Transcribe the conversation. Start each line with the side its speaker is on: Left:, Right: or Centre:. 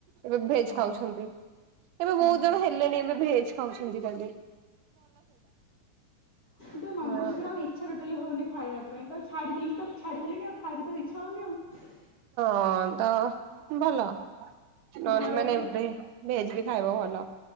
Right: ଏବେ ଭେଜ
Left: ହଁ
Right: ଖାଉଛନ୍ତି ଏବେ
Left: ହୁଁ
Right: ବହୁତ ଜଣ ହେଲେଣି ଏବେ ଭେଜ ଖାଉଛନ୍ତି ତାହେଲେ
Left: ହୁଁ ନନଭେଜ
Right: ହଁ
Left: ଉପରେ ଆଉ ଇଛା ଟୋଟାଲି ହଉନି ଖାଇବା ପାଇଁ ତ ଛାଡିଦେଲିଣି ତ ଛାଡିଦେଲିଣି ଆଉ ଖାଇବାକୁ ତ ଇଚ୍ଛା ହଉନି ଆଉ।
Right: ହଁ ତ ଭଲ। ନ
Left: ଘରେ
Right: ମାନେ ଭେଜ ବି ଖାଇବ ଭଲ।